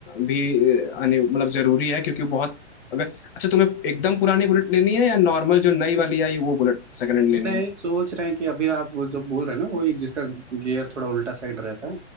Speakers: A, on the left (about 50°); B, on the right (about 75°).
A: भी अ, अनि- मतलब जरूरी है क्योंकि बहुत अगर अच्छा तुम्हें एकदम पुरानी बुलेट लेनी है या नॉर्मल जो नई वाली आई है वो बुलेट सेकंड हैंड लेनी
B: नहीं
A: है
B: सोच रहे हैं कि अभी आप वो जो बोल रहे हैं ना वही जिसका गियर थोड़ा उल्टा साइड रहता है